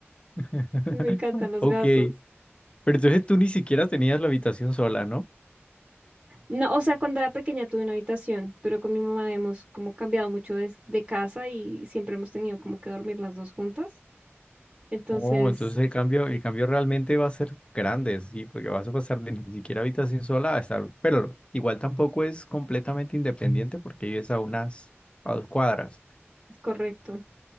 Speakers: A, on the left; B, on the right.
A: <laughs>
B: me encantan los
A: Ok.
B: gatos.
A: Pero entonces tú ni siquiera tenías la habitación sola, ¿no?
B: No, o sea, cuando era pequeña tuve una habitación, pero con mi mamá hemos como cambiado mucho de, de casa y siempre hemos tenido como que dormir las dos juntas. Entonces,
A: Oh, entonces el cambio, el cambio realmente va a ser grande, sí, porque vas a pasar de ni siquiera habitación sola a estar, pero igual tampoco es completamente independiente porque vives a unas, a dos cuadras.
B: es correcto.